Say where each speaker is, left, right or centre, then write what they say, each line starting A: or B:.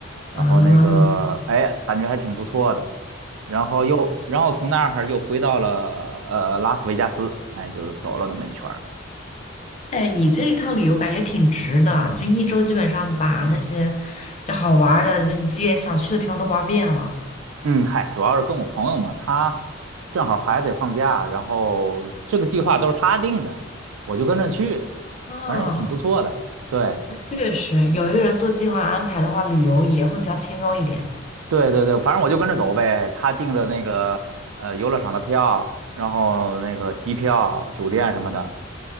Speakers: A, on the right; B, on the left.
A: 然后那个，
B: 啊。
A: 哎，感觉还挺不错的。然后又，然后从那儿又回到了呃拉斯维加斯，哎，就走了那么一圈儿。
B: 哎，你这一趟旅游感觉挺值的，就一周基本上把那些就好玩儿的，就你自己也想去的地方都玩遍了。
A: 嗯，嗨，主要是跟我朋友嘛，他正好孩子也放假，然后这个计划都是他定的，我就跟着去，
B: 啊，
A: 反正也挺不错的。对，
B: 确实，有一个人做计划安排的话，旅游也会比较轻松一点。
A: 对对对，反正我就跟着走呗。他订的那个呃游乐场的票，然后那个机票、酒店什么的